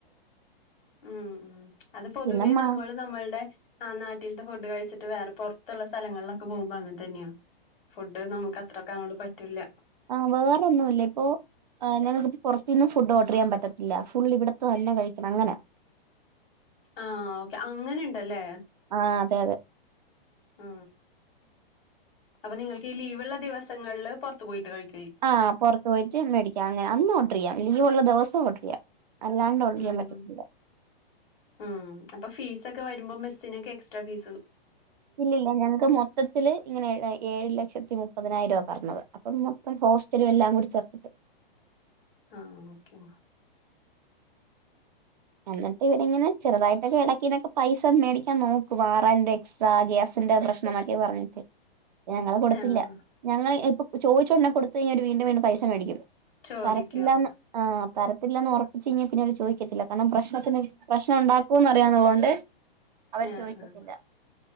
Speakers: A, on the left; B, on the right.
A: ഉം ഉം അത് പൊതുവേ
B: പിന്നെ മാ
A: നമ്മള് നമ്മൾടെ ആ നാട്ടിൽത്തെ ഫുഡ് കഴിച്ചിട്ട് വേറെ പൊറത്തൊള്ള സ്ഥലങ്ങളിലൊക്കെ പോകുമ്പോ അങ്ങനെ തന്നെയാണ് ഫുഡ് നമുക്ക് അത്രൊക്കെ അങ്ങോട് പറ്റൂല
B: ആഹ് വേറെൊന്നൊല്ല ഇപ്പൊ ഞ <unintelligible> പൊറത്തിന്ന് ഫുഡ് ഓർഡർ ചെയ്യാൻ പറ് പല്ല ഫുൾ ഇവിടത്ത തന്നെ കഴിക്കണം അങ്ങനെ
A: ആഹ് ഓക്കെ അങ്ങനുണ്ട്ല്ലേ
B: ആഹ അതെ അതെ
A: ഉ അപ്പൊ നിങ്ങൾക്ക് ഈ ലീവ്ള്ള ദിവസങ്ങളില് പുറത്തു പോയിട്ട് കഴിക്ക
B: ആഹ് പൊറത്തു പോയിട്ട് മേടിക്കാം അങ്ങനെ അന്ന് ഓർഡർയ്യാം ഇനിയൊള്ള ദിവസോർഡർ ചെയ്യാം അല്ലാണ്ട് ഓർഡർ ചെയ്യാൻ
A: ഉം
B: പറ്റത്തില്ല
A: ഉം അപ്പ ഫീസക്കെ വരുമ്പോ മെസിനൊെ എക്സ്ട്രാീസും
B: ഇല്ലല്ല ഞങ്ങക്ക് മൊത്തത്തില്ൽ ഇങ്ങനെ ഏഴ് ലക്ഷത്തി മ മുപ്പതിനായിരം രൂപ പറഞ്ഞത് അപ്പം മൊത്തം ഹോസ്റ്റലും എല്ലാം കൂടി ചേർത്തിട്ട്
A: ആ ഓക്കെ
B: എന്നിട്ട് ഇവരിങ്ങനെ ചെറുതായിട്ടൊക്കെ ഇടക്കിങ്ങനൊക്കെ പൈസ മേടിക്കാൻ നോക്കും ആറായിരം രൂപ എക്സ്ട്രാ ഗ്യാസ് ന്റെ പ്രശ്നൊക്കെ പറഞ്ഞിട്ട് ഞങ്ങളെ കൊടുത്തില്ല
A: ആഹ്
B: ഞങ്ങള്ൾ ഇപ്പൊ ചോദിച്ചോണ്ട കൊടുത്ത് കഴിഞ്ഞഞ് ഒരു വീണ്ടും വീണ്ടും പൈസ മേടിക്കും
A: ചോദിക്കാതെ
B: തരത്തില്ലാന്ന് ആ് തരത്തില്ലന്ന് ഒറപ്പിച്ച് ക <unintelligible> പിന്നെ അവര് ചോയ്ക്കത്തില്ല കാരണം പ്രശ്നത്തിന് പ്രശ്നം ഒണ്ടാക്കൂന്ന് അറിയാവുന്ന കൊണ്ട് അവര്
A: ആഹ്
B: ചോദിക്കത്തില്ല
A: ആഹ്